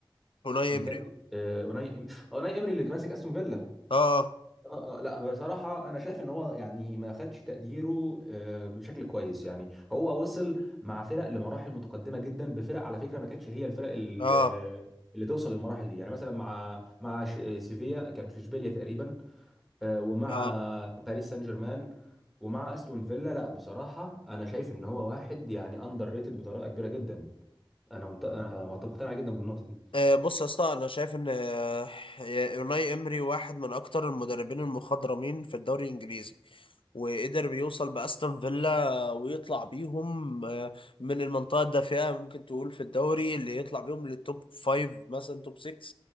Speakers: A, on the left (about 85°); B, in the centre.
A: اوناي
B: اللي
A: امري
B: كان آه، اوناي إم... اوناي امري اللي ماسك استون فيلا
A: اه
B: آه آه لا بصراحة أنا شايف إن هو يعني ما خدش تقديره آه بشكل كويس يعني هو وصل مع فرق لمراحل متقدمة جدا بفرق على فكرة ما كانتش هي الفرق ال-
A: اه
B: اللي توصل للمراحل دي يعني مثلا مع مع ش- سيفيا كان في إشبيليا تقريبا آه، ومع
A: اه
B: باريس سان جيرمان ومع استون فيلا لا بصراحه انا شايف ان هو واحد يعني اندر ريتد بطريقه كبيره جدا انا مت- أنا معت- مقتنع جدا بالنقطه دي
A: آه، بص يا اسطى انا شايف ان آه، يوناي امري واحد من اكتر المدربين المخضرمين في الدوري الانجليزي وقدر يوصل باستون فيلا ويطلع بيهم آه، من المنطقه الدافئه ممكن تقول في الدوري اللي يطلع بيهم للتوب فايف مثلا توب 6